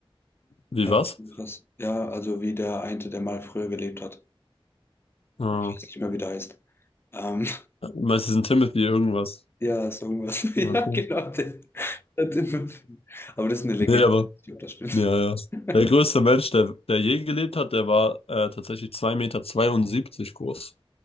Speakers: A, on the left (about 80°); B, on the left (about 25°).
A: wie
B: Ja,
A: was?
B: das ist schon krass. Ja, also wie der eine, der mal früher gelebt hat.
A: Ah,
B: Ich weiß nicht mehr, wie der heißt. Ähm,
A: Meistens ein Timothy irgendwas.
B: <laughs> ja, so irgendwas. <laughs> Ja,
A: Ja.
B: genau, der, der Tim. Aber das ist eine Legende.
A: Nee, aber,
B: Ich glaub, das stimmt.
A: ja, ja.
B: <laughs>
A: Der größte Mensch, der, der je gelebt hat, der war äh, tatsächlich zwei Meter zweiundsiebzig groß.